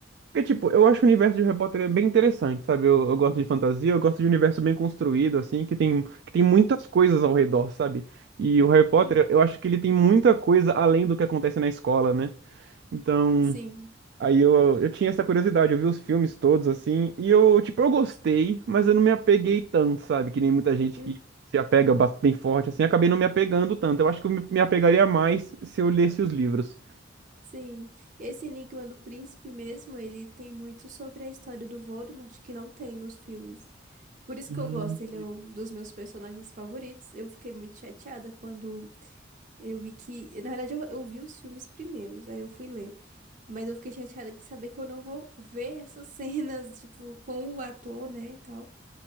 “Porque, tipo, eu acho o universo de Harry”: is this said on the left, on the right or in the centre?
Right